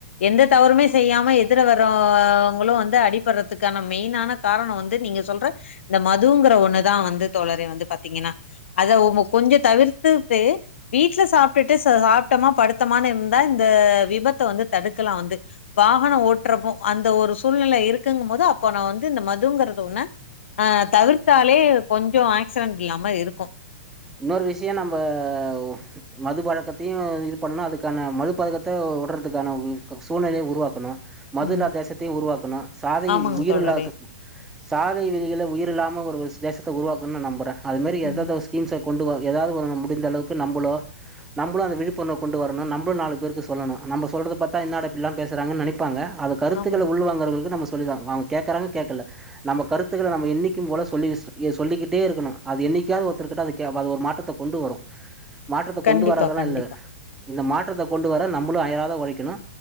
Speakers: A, on the left; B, in the centre.
A: எந்த தவறுமே செய்யாம எத் எதர வரவுங்களு வந்து அடிப்பர்றதுக்கான மெயினான காரண வந்து நீங்க சொல்ற இந்த மதுங்கற ஒன்னுதா வந்து தோழரே வந்து பாத்தீங்கனா அத அவுங்க கொஞ்சத் தவிர்த்துட்டு வீட்ல சாப்ட்டுட்டு ச சாப்டமா படுத்தமானு இருந்தா இந்த விபத்த வந்து தடுக்கலா வந்து வாகனோ ஓட்றப்போ அந்த ஒரு சூழ்நில இருக்குங்கும் போது அப்போ நா வந்து இந்த மதுங்கறது ஒன்ன அ தவிர்த்தாலே கொஞ்சோ ஆக்சிடென்ட் இல்லாம இருக்கு
B: இன்னொரு விஷ்யோ நம்பவு மது பழக்கத்தையு இதுப் பண்ணனு அதுக்கான மதுப் பழக்கத்த வுட்றதுக்கான சூழ்நிலைய உருவாக்கணு மது
A: ம்
B: இல்லா தேசத்தையு உருவாக்கணு சாதி
A: ஆமாங்க
B: உயிர்
A: தோழரே
B: இல்லாத சாதை விளிகிள உயிர் இல்லாம ஒரு ஒருச் தேசத்த உருவாக்குன் நா நம்பறே அது மேரி எததோச்
A: ம்
B: தீம்ஸ கொண்டுவ எதாவது ஒரு நம் முடிந்தளவுக்கு நம்பளோ நம்மளு அந்த விழிப்புணர்வு கொண்டு வரணு நம்ளு நாலு பேருக்கு சொல்லணு நம்ம சொல்றத பத்தா என்னடாப்டில்லா பேசுறாங்க நனைப்பாங்க அத கருத்துக்கள
A: ஆமாங்க
B: உள்வாங்கறவளுக்கு நம்ம சொல்லிதா ஆவனு வாங்க கேக்குறாங்க கேக்கல நம்ம கருத்துக்களை நம்ம என்னைக்கு போல சொல்லிவஸ் சொல்லிக்கிட்டே இருக்கணு அது என்னைக்காது ஒரு திருக்கட்டாதுக்கே அது ஒரு மாற்றத்த கொண்டு வரு மாற்றத்த
A: கண்டிப்பா
B: கொண்டு வராதெல்லா
A: கண்டிப்பா
B: இல்ல இந்த மாற்றத்த கொண்டு வர நம்மளு அயராத ஒழைக்கணு